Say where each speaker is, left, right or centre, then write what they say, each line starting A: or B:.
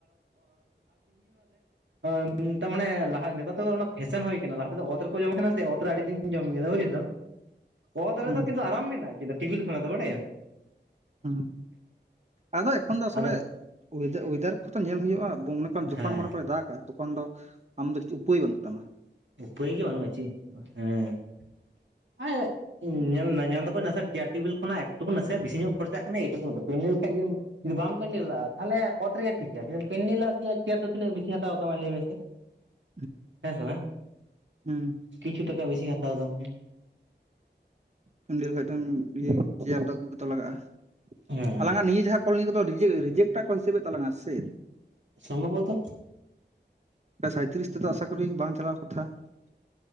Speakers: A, on the right; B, on the right.
A: ᱱᱮᱛᱟᱨ ᱢᱟᱱᱮ ᱞᱟᱦᱟ ᱱᱮᱛᱟᱨ ᱫᱚ ᱚᱱᱟ ᱯᱷᱮᱥᱮᱱ ᱦᱩᱭ ᱠᱟᱱᱟ ᱞᱟᱦᱟ ᱛᱮᱫᱚ ᱚᱛ ᱨᱮᱠᱚ ᱡᱚᱢ ᱛᱟᱦᱮᱱᱟ ᱥᱮ ᱚᱛ ᱨᱮ ᱟᱹᱰᱤ ᱫᱤᱱ ᱠᱚ ᱡᱚᱢ ᱠᱮᱫᱟ ᱵᱩᱡ ᱮᱫᱟ ᱾ ᱚᱛ
B: ᱦᱩᱸ
A: ᱨᱮᱫᱚ ᱠᱤᱱᱛᱩ ᱟᱨᱟᱢ ᱢᱮᱱᱟᱜᱼᱟ ᱠᱤᱱᱛᱩ ᱴᱤᱵᱤᱞ ᱠᱷᱚᱱᱟᱜ ᱫᱚ ᱵᱟᱲᱟᱭᱟᱢ ᱾
B: ᱦᱩᱸ ᱟᱫᱚ ᱮᱠᱷᱚᱱ ᱫᱚ ᱟᱥᱟᱞᱮ
A: ᱟᱫᱚ
B: ᱚᱭᱮᱫᱟᱨ ᱠᱚᱦᱚ ᱛᱚ ᱧᱮᱞ ᱦᱩᱭᱩᱜᱼᱟ ᱡᱚᱠᱷᱚᱱ
A: ᱦᱮᱸ
B: ᱢᱚᱱᱮᱠᱚᱨᱮ ᱫᱟᱜᱟᱭ ᱛᱚᱠᱷᱚᱱ ᱫᱚ ᱟᱢ ᱫᱚ ᱪᱮ ᱩᱯᱟᱹᱭ ᱵᱟᱹᱱᱩᱜ ᱛᱟᱢᱟ ᱾
A: ᱩᱯᱟᱹᱭ ᱜᱮ ᱵᱟᱹᱱᱩᱜ ᱪᱮ ᱦᱮᱸ <unintelligible> ᱧᱮᱞᱢᱮ ᱧᱮᱞ ᱫᱟᱠᱚ ᱱᱟᱥᱮ ᱪᱮᱭᱟᱨ ᱴᱮᱵᱤᱞ ᱠᱷᱚᱱᱟᱜ ᱮᱠᱴᱩᱠᱩ ᱱᱟᱥᱮᱭᱟᱜ ᱵᱤᱥᱤ ᱧᱚᱜ ᱠᱷᱚᱨᱪᱟᱜ ᱠᱟᱱᱟ ᱮᱴᱩ ᱯᱮᱱᱮᱞ ᱠᱷᱟᱡᱜᱮ ᱡᱩᱫᱤ ᱵᱟᱢ ᱯᱮᱱᱰᱮᱞᱟᱜᱼᱟ ᱛᱟᱦᱚᱞᱮ ᱚᱛ ᱨᱮᱜᱮ ᱴᱷᱤᱠᱟ ᱡ ᱯᱮᱱᱰᱮᱞᱟ <inaudible> ᱪᱮᱭᱟᱨ ᱫᱚ ᱛᱤᱱᱟᱹᱜ ᱵᱤᱥᱤ ᱦᱟᱛᱟᱣ ᱛᱟᱢᱟ ᱞᱟᱹᱭ ᱢᱮᱥᱮ
B: <inaudible>
A: ᱦᱮᱸ ᱥᱮ ᱵᱟᱝ
B: ᱦᱩᱸ
A: ᱠᱤᱪᱷᱩ ᱴᱟᱠᱟ ᱵᱮᱥᱤᱭ ᱦᱟᱛᱟᱣ ᱫᱟ ᱩᱱᱤ᱾
B: ᱯᱮᱱᱰᱮᱞ ᱠᱷᱡ ᱫᱚᱢ ᱤᱭ ᱪᱮᱭᱟᱨ ᱫᱚ ᱟᱹᱜᱩᱛ ᱞᱟᱜᱟᱜᱼᱟ
A: ᱦᱮᱸ
B: ᱟᱞᱟᱝᱟᱜ ᱱᱤᱭᱟᱹ ᱡᱟᱦᱟᱸ ᱱᱤᱭᱟᱹ ᱠᱚᱫᱚ <unintelligible> ᱠᱚ ᱦᱤᱥᱟᱹᱵᱮᱫ ᱛᱟᱞᱟᱝᱼᱟ ᱥᱮᱼᱼ
A: ᱥᱚᱢᱵᱷᱚᱵᱚᱛᱚ
B: ᱥᱟᱭᱛᱨᱤᱥ ᱛᱮᱫᱚ ᱟᱥᱟ ᱠᱚᱤ ᱵᱟᱝ ᱪᱟᱞᱟᱣ ᱠᱟᱛᱷᱟ ᱾